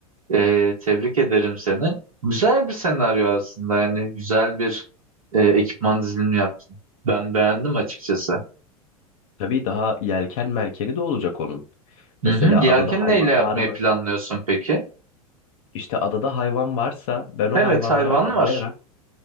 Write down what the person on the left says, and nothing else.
Tabii daha yelken merkeni de olacak onun.
Mesela
adada hayvan
var mı?
İşte adada hayvan varsa ben o
hayvanları
avlayarak,